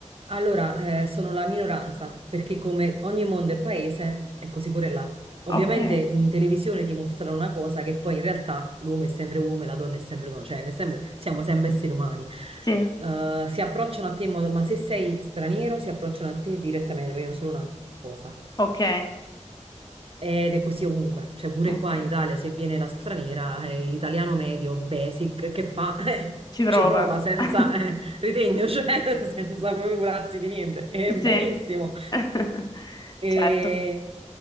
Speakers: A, on the right (about 45°); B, on the left (about 30°).
A: Allora, eh, sono la minoranza, perché come ogni mondo e paese è così pure là. Ovviamente
B: Ok,
A: in televisione ti mostrano una cosa che poi in realtà l'uomo è sempre uomo e la donna è sempre donna, cioè nel sem- siamo sempre esseri umani.
B: sì,
A: Eh, si approcciano a te in modo, ma se sei straniero si approcciano a te direttamente, vogliono solo una cosa.
B: ok,
A: Ed è così ovunque, cioè pure
B: ok.
A: qua in Italia se viene la straniera, eh, l'italiano medio, basic, che fa? <laughs>
B: Ci prova.
A: Eh, ci prova senza
B: <laughs>
A: eh, ritegno, cioè <laughs> senza proprio curarsi di niente. Eh, benissimo.
B: Sì, <laughs>
A: E,
B: certo.